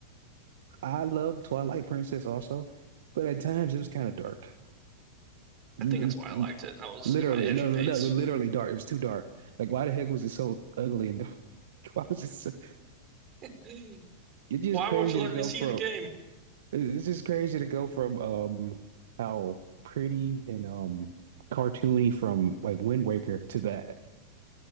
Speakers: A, on the right (about 65°); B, on the right (about 35°).
A: I love Twilight Princess also, but at times it was kind of dark.
B: I
A: L-
B: think that's why I
A: l-
B: liked it. I was
A: Literally,
B: in my edgy
A: no, no,
B: phase.
A: no, literally
B: <gasps>
A: dark. It was too dark. Like, why the heck was it so ugly and dark? <laughs> Why was it so?
B: <laughs>
A: It's just
B: Why
A: crazy
B: won't you let
A: to go
B: me see
A: from
B: the game?
A: It's it's just crazy to go from um how pretty and um cartoony from like Wind Waker to that.